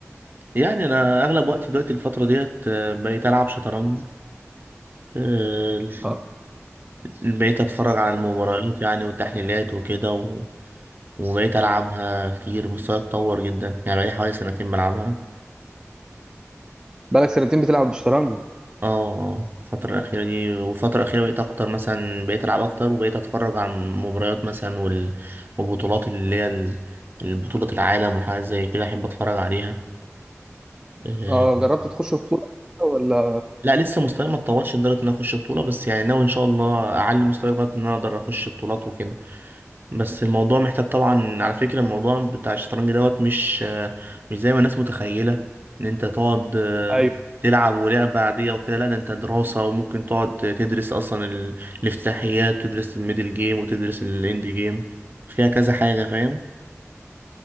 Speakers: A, on the right (about 40°); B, on the right (about 15°).
A: يعني انا اغلب وقتي دلوقتي الفتره ديت آه، بقيت العب شطرنج آه،
B: اه
A: بقيت أتفرج على المباريات يعني والتحليلات وكده و... وبقيت ألعبها كتير مستواي اتطور جدا يعني بقالي حوالي سنتين بلعبها
B: بقالك سنتين بتلعب بالشطرنج
A: اه آه، الفترة الأخيرة دي والفترة الأخيرة بقيت أكتر مثلا بقيت ألعب أكتر وبقيت أتفرج على المباريات مثلا وال... والبطولات اللي هي ال- البطولة العالم وحاجات زي كده أحب أتفرج عليها آه،
B: اه جربت تخش بطولة ولا
A: لا لسه مستواي ما اتطورش لدرجة إن أنا أخش بطولة بس يعني ناوي إن شاء الله أعلي مستواي لغاية إن أنا أقدر أخش بطولات وكده بس الموضوع محتاج طبعا على فكرة الموضوع بتاع الشطرنج دوت مش مش زي ما الناس متخيلة ان انت تقعد آه،
B: ايوه
A: تلعب ولعبة عادية وكده لا ده انت دراسة وممكن تقعد تدرس اصلا ال- الافتتاحيات وتدرس الميدل جيم وتدرس الاند جيم فيها كذا حاجة فاهم